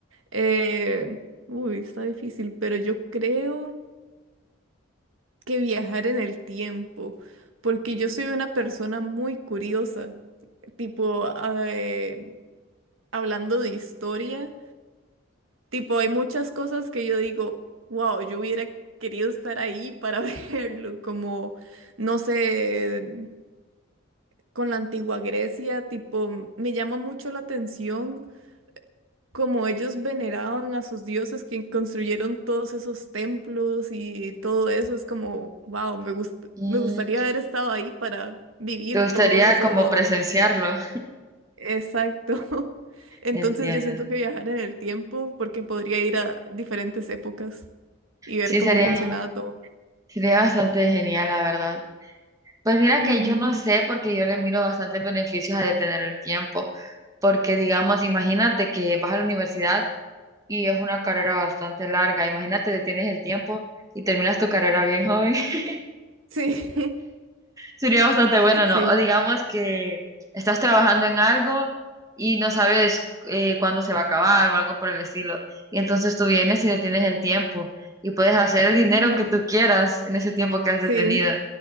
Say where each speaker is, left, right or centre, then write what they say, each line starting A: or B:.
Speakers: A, on the right (about 80°); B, on the right (about 15°).
A: Eh, uy, está difícil, pero yo creo que viajar en el tiempo, porque yo soy una persona muy curiosa. Tipo, eh, hablando de historia, tipo, hay muchas cosas que yo digo, wow, yo hubiera querido estar ahí para <laughs> verlo, como, no sé, con la antigua Grecia, tipo, me llama mucho la atención cómo ellos veneraban a sus dioses que construyeron todos esos templos y todo eso. Es como, wow, me gust-
B: Mm,
A: me gustaría haber estado ahí para vivir
B: ¿te gustaría
A: todo eso.
B: como
A: o-
B: presenciarlo?
A: exacto. <laughs> Entonces
B: Entiendo.
A: yo siento que viajar en el tiempo porque podría ir a diferentes épocas y ver
B: Sí,
A: cómo
B: sería,
A: funcionaba todo.
B: sería bastante genial, la verdad. Pues mira
A: Ujú.
B: que yo no sé porque yo le miro bastantes beneficios a detener el tiempo, porque digamos, imagínate que vas a la universidad. y es una carrera bastante larga. Imagínate, detienes el tiempo y terminas tu carrera bien joven. <laughs>
A: Sí,
B: Sería bastante
A: <laughs>
B: bueno,
A: sí,
B: ¿no? O digamos que estás trabajando en algo y no sabes eh, cuándo se va a acabar o algo por el estilo. Y entonces tú vienes y detienes el tiempo y puedes hacer el dinero
A: ujú.
B: que tú quieras en ese tiempo que has
A: Sí,
B: detenido.